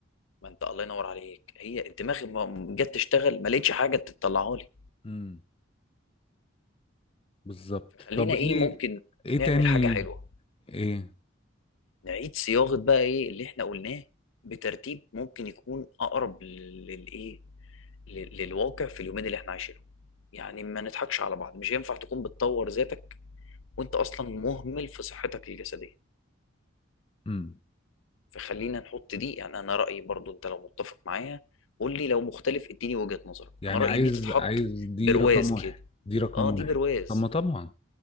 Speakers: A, on the left; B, on the left.
A: ما انت الله ينور عليك هي انت دماغي ما جت تشتغل ما لقيتش حاجة تطلعها لي
B: امم بالظبط
A: فخلينا
B: طب
A: ايه
B: ايه
A: ممكن
B: ايه
A: نعمل
B: تاني
A: حاجة حلوة
B: ايه
A: نعيد صياغة بقى ايه اللي احنا قلناه بترتيب ممكن يكون اقرب لل- للايه لل- للواقع في اليومين اللي احنا عايشينهم يعني ما نضحكش على بعض مش هينفع تكون بتطور ذاتك وانت اصلا مهمل في صحتك الجسدية
B: امم
A: فخلينا نحط دي يعني انا رأيي برضو انت لو متفق معايا قول لي لو مختلف اديني وجهة نظرك
B: يعني
A: انا رأيي
B: عايز
A: دي تتحط
B: عايز دي
A: برواز
B: رقم واحد
A: كده
B: دي رقم
A: اه
B: واحد
A: دي برواز
B: طب ما طبعا